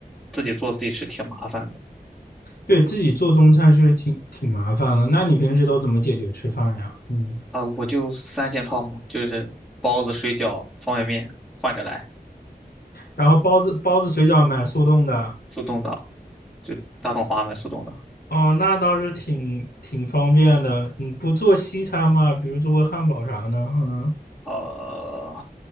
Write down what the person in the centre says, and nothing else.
自己做自己吃挺麻烦的
啊，我就三件套嘛，就是包子、水饺、方便面换着来，
速冻的，就大统华买速冻的。
呃，